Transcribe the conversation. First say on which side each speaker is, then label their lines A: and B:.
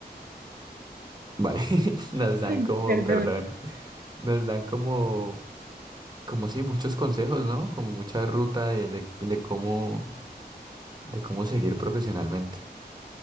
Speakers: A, on the right; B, on the right.
A: <laughs> vale, <laughs> nos dan
B: <clears throat>
A: como,
B: <laughs>
A: perdón.
B: perdón.
A: Nos dan como Como sí, muchos consejos, ¿no? Como mucha ruta de, de, de cómo, de cómo seguir profesionalmente.